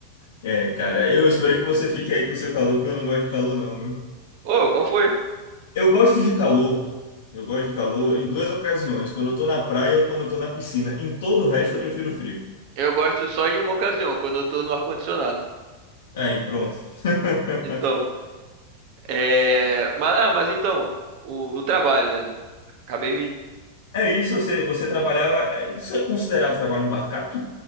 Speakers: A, on the left; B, on the right.
A: É, cara, eu espero que você fique aí com o seu calor, porque eu não gosto de calor, não, viu?
B: Ô, qual foi?
A: Eu gosto de calor. Eu gosto de calor em duas ocasiões, quando eu tô na praia ou quando eu tô na piscina. Em todo o resto, eu prefiro frio.
B: Eu gosto só em uma ocasião, quando eu tô no ar-condicionado.
A: Aí, pronto. <laughs>
B: Então, é. Mas, ah, mas então, o, o trabalho, né? Acabei me.
A: É isso, você, você trabalhava. é, Isso é considerado trabalho embarcado?